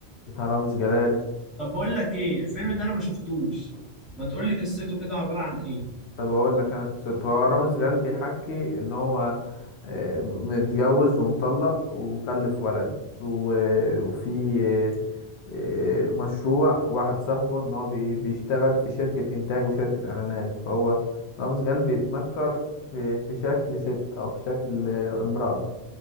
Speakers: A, on the left; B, in the centre.
A: بتاع رامز جلال
B: طب بقول لك إيه الفيلم ده أنا ما شفتوش ما تقول لي قصته كده عبارة عن إيه
A: طب أقول لك أنا قصته هو رامز جلال بيحكي إن هو آه، متجوز ومطلق ومخلف ولد و- وفي إيه، مشروع واحد صاحبه ان هو بي- بيشتغل في شركة انتاج وشركة اعلانات فهو رامز جلال بيتنكر في في شكل ست او في شكل آه، امرأة